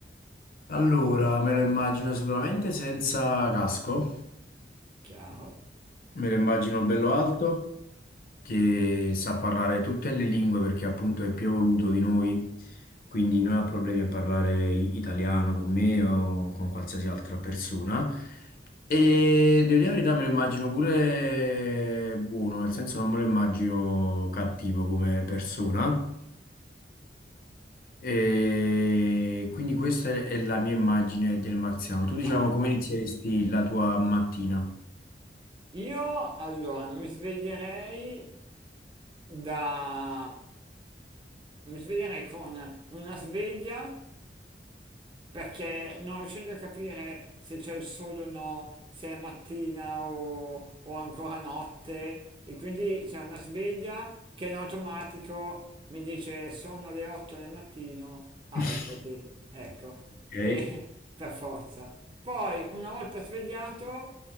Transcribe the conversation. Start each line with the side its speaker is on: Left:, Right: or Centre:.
Left: Allora, me lo immagino sicuramente senza casco,
Right: Chiaro.
Left: me lo immagino bello alto, che sa parlare tutte le lingue perché appunto è più evoluto di noi, quindi non ha problemi a parlare i- italiano con me o con qualsiasi altra persona. E devo dire la verità, me lo immagino pure buono, nel senso non me lo immagino cattivo come persona. E quindi questa è è la mia immagine del marziano. Tu diciamo
Right: Ma eh,
Left: come inizieresti la tua mattina?
Right: io, allora, mi sveglierei da... mi sveglierei con una sveglia perché non riuscendo a capire se c'è il sole o no, se è mattina o, o ancora notte, e quindi c'è una sveglia che in automatico mi dice sono le 8 del mattino, alzati,
Left: <laughs>
Right: ecco,
Left: Ok,
Right: e <laughs> per forza. Poi una volta svegliato,